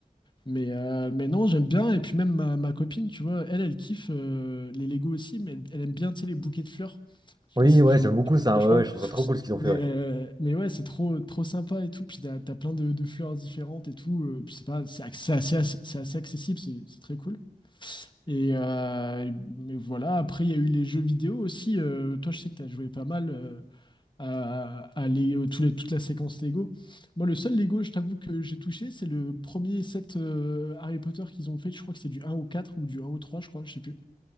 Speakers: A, on the left; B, on the right.
A: Mais, euh, mais non, j'aime bien. Et puis même ma, ma copine, tu vois, elle, elle kiffe euh, les Lego aussi, mais elle, elle aime bien, tu sais, les bouquets de fleurs. Je sais
B: Oui,
A: pas si
B: ouais,
A: tu,
B: j'aime beaucoup
A: tu vois
B: ça,
A: de quoi
B: ouais,
A: je parle.
B: ouais, je trouve ça trop cool ce qu'ils ont fait,
A: Mais,
B: ouais.
A: euh, mais ouais, c'est trop, trop sympa et tout. Puis t'as, t'as plein de, de fleurs différentes et tout. Euh, Puis c'est pas, c'est ac- c'est assez, ac- c'est assez accessible, c'est c'est très cool. Et euh, mais voilà, après il y a eu les jeux vidéo aussi. Euh, toi, je sais que t'as joué pas mal euh, à, à Lego- tous les- toute la séquence Lego. Moi, le seul Lego, je t'avoue que j'ai touché, c'est le premier set euh, Harry Potter qu'ils ont fait. Je crois que c'est du un au 4 ou du un au 3 je crois, je sais plus.